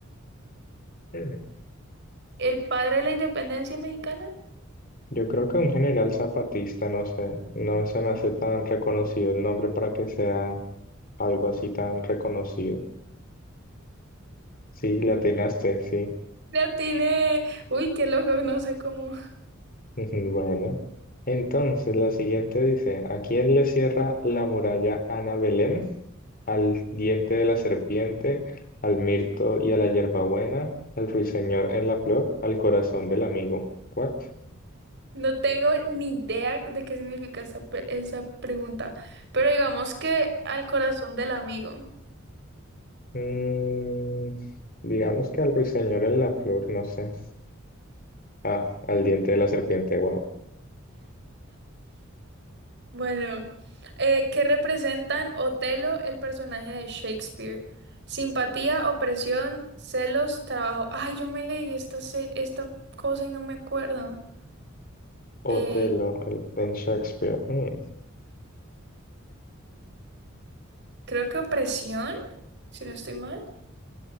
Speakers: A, on the left; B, on the right.
A: Mm.
B: el padre de la independencia mexicana.
A: Yo creo que un general zapatista, no sé, no se me hace tan reconocido el nombre para que sea algo así tan reconocido. Sí, le atinaste, sí.
B: Le atiné. Uy, qué loco, no sé cómo.
A: Ujú, Bueno, entonces la siguiente dice, ¿a quién le cierra la muralla Ana Belén? ¿Al diente de la serpiente, al mirto y a la hierbabuena, al ruiseñor en la flor, al corazón del amigo? ¿What?
B: No tengo ni idea de qué significa esa, pe- esa pregunta. Pero digamos que al corazón del amigo.
A: Mm, digamos que al ruiseñor en la flor, no sé. Ah, al diente de la serpiente, wow.
B: Bueno, eh, ¿qué representan Otelo, el personaje de Shakespeare? Simpatía, opresión, celos, trabajo. Ay, yo me leí esta, se- esta cosa y no me acuerdo.
A: Otelo,
B: Eh,
A: el, en Shakespeare. Mm,
B: creo que opresión, si no estoy mal.